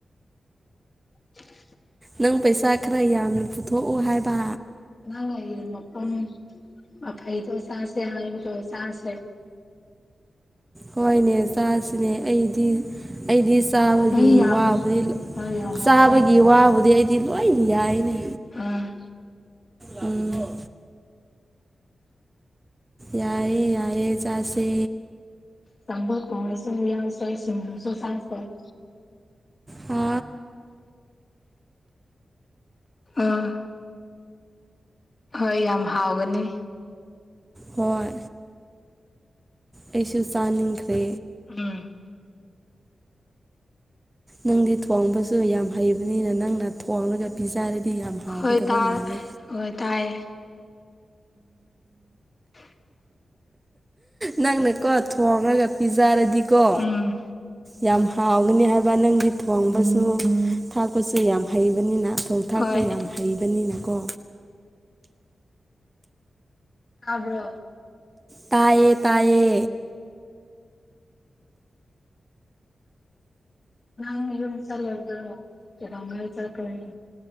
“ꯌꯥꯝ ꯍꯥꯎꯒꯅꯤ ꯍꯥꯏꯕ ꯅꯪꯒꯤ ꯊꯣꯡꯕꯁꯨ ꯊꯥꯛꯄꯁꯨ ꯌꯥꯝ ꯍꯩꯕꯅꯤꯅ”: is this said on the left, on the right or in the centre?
Right